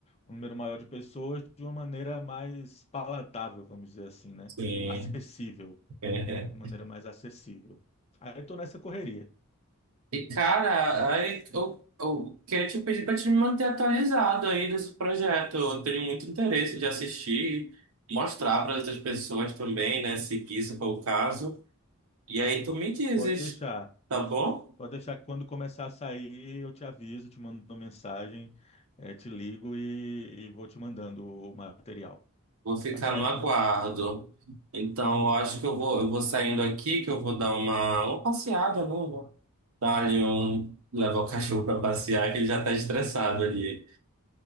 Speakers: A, on the left (about 30°); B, on the right (about 65°).
A: um número maior de pessoas de uma maneira mais palatável, vamos dizer assim, né?
B: Sim.
A: Acessível,
B: É.
A: de uma maneira mais acessível. Aí estou nessa correria.
B: E, cara, aí eu, eu queria te pedir pra te me manter atualizado aí desse projeto. Eu tenho muito interesse de assistir, mostrar para outras pessoas também, né? Se isso for o caso. E aí tu me dizes,
A: Pode deixar.
B: tá bom?
A: Pode deixar que quando começar a sair, eu te aviso, te mando uma mensagem, eh, te ligo e, e vou te mandando o material.
B: Vou ficar
A: Tá certo?
B: no aguardo. Então, eu acho que eu vou, eu vou saindo aqui, que eu vou dar uma, uma passeada, né? amor? Dar ali um, levar o cachorro pra passear, que ele já tá estressado ali.